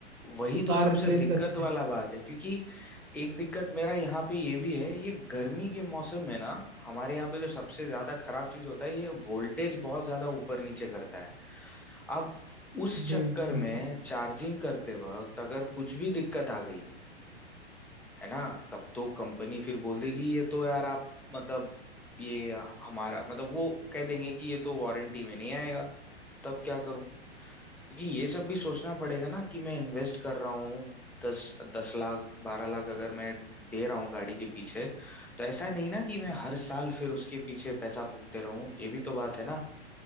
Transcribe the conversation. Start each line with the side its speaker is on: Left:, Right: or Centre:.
Centre: वही
Right: तो कार
Centre: तो सबसे
Right: रिप्लेस
Centre: दिक्कत
Right: करके देती
Centre: वाला बात
Right: है
Centre: है क्योंकि एक दिक्कत मेरा यहाँ पे ये भी है ये गर्मी के मौसम में ना हमारे यहाँ पे जो सबसे ज्यादा खराब चीज होता है ये वोल्टेज बहुत ज्यादा ऊपर नीचे करता है अब उस
Right: जी
Centre: चक्कर
Right: जी, बिल्कुल
Centre: में चार्जिंग करते वक्त अगर कुछ भी दिक्कत आ गई है ना तब तो कंपनी फिर बोल देगी ये तो यार आप मतलब ये हमारा मतलब वो कह देंगे कि ये तो वारंटी में नहीं आएगा तब क्या करूं क्योंकि ये सब भी सोचना पड़ेगा ना कि मैं इन्वेस्ट कर रहा हूँ दस दस लाख बारह लाख अगर मैं दे रहा हूँ गाड़ी के पीछे तो ऐसा नहीं ना कि मैं हर साल फिर उसके पीछे पैसा फूकते रहूं ये भी तो बात है ना